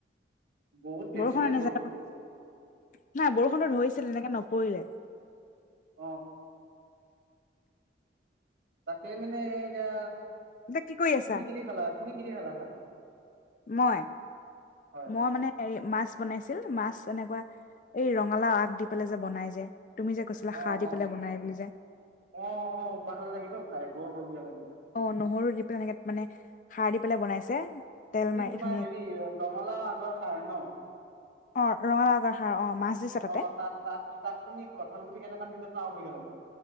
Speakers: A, on the right (about 85°); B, on the left (about 45°).
A: বহুত বেছিয়ে
B: বৰষুণনে
A: বৰষুণ
B: যেনে নাই
A: পৰিছে
B: বৰষুণটো ধৰিছিল এনেকে ন পৰিলে
A: অহ তাকেই মানে এতিয়া
B: এতিয়া কি কৰি আছা?
A: তুমি কি দি খালা তুমি কি দি খালা ভাত?
B: মই?
A: হয়
B: মই মানে হেৰী মাছ বনাইছিল, মাছ এনেকুৱা এই ৰঙালাও আগ দি পেলাই যে বনাই যে? তুমি যে কৈছিলা
A: অ-অ,
B: খাৰ দি পেলাই বনাই বুলি যে
A: অ-অ ভাল লাগিলো তাই ব বঢ়িয়া লাগিল।
B: অ নহৰু দি এনেকে মানে ষাৰ দি পেলাই বনাইছে। তেল
A: এই
B: মাৰি
A: তোমাৰ
B: ধুনীয়াক
A: হেৰি ৰঙালাও আগৰ সাৰ ন?
B: অ ৰঙালা আজৰ সাৰ অ। মাছ দিছে তাতে
A: অ তাত-তাত-তাত তুমি কঁঠাল গুটি কেইটামান দিলো ন বঢ়ীয়া লাগে।